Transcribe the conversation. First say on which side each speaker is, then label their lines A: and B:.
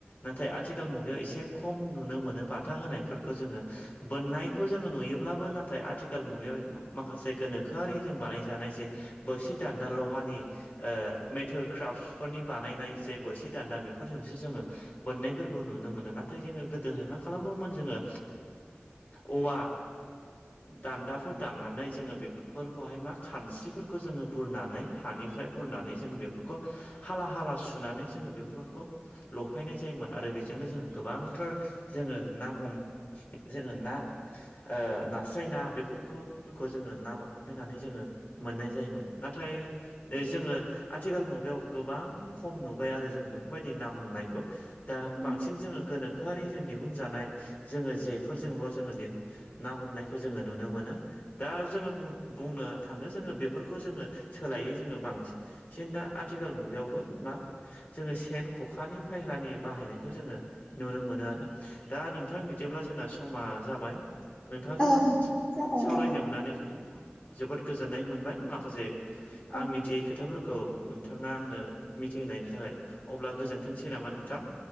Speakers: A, on the left; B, on the left.
A: नाथाय आथि खाल मुगायाव एसे खम नुनो मोनो बाथा होनायफोरखौ जोङो बोननायखौ
B: औ
A: जों नुयो अब्लाबो नाथाय आथिखाल मुगायाव माखासे गोनोखोआरि जों बानायजानाय जे बोरसि दान्दा लहानि ओ मेटेल क्राफ्सफोरनि बानायनाय जे बोरसि दान्दा बेफोरजोंसो जोङो बोननायफोरखौ नुनो मोनो नाथाय जोङो गोदोहाय मा खालामोमोन जोङो ओ औवा दान्दाफोर दाननानै जोङो बे फोरखौहाय मा खानस्रिफोरखौ जोङो बुरनानै हानिफ्राय बुरनानै जोङो बेफोरखौ हाला हाला सुनानै जोङो बेफोरखौ लफायनाय जायोमोन आरो बेजोंनो जोङो गोबांथार जोङो ना हम जोङो ना ओ नास्राय ना बेफोरखौफोरखौ जोङो ना लफायनानै जोङो मोननाय जायोमोन नाथाय दै जोङो आथिखाल मुगायाव गोबां खम नुबाय आरो जों बेफोरबायदि ना हमनायखौ दा
B: नंगौ।
A: बांसिन जोङो गोनोखोआरि जों दिहुनजानाय जोङो जेफोरजोंल' जोङो दि ना हमनायखौ जोङो नुनो मोनो दा जोङो बु बुंनो थाङो जोङो बेफोरखौ जोङो सोलायै जोङो बांसिन जेन दा आथिखाल मुगायावबो मा जोङो सेन खखानि फायहारनि बाहायनायखौ जोङो नुनो मोनो आरो दा नोंथां बिदिब्ला जोंना समा जाबाय नोंथांजों
B: औ जाबाय
A: सावरायनो मोननानै जोबोद गोजोननाय मोनबाय माखासे
B: औ
A: आं मिथियै खोथाफोरखौ नोंथाङा आंनो मिथिहोनायनि थाखाय अब्ला गोजोनथोंसै नामा नोंथां